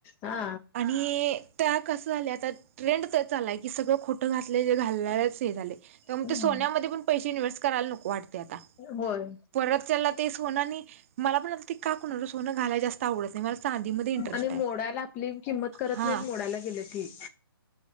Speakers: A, on the left; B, on the right.
A: हा.
B: आणि त्या कसं आल्या आता ट्रेंड तेच चाललाय की सगळं खोटं घातले घालणारच हे झालय. त्यामुळं
A: हम्म
B: ते सोन्या मध्ये पण पैसे इन्वेस्ट् करायला नको वाटतंय आता.
A: होय.
B: परत त्याला ते सोनं आणि मला पण आता ते का कुणाला सोनं घालायला जास्त आवडत नाय. मला चांदीमध्ये इंटरेस्ट
A: आणि मोडायला
B: आहे
A: आपली किंमत करत
B: हा
A: नायत मोडायला गेल की.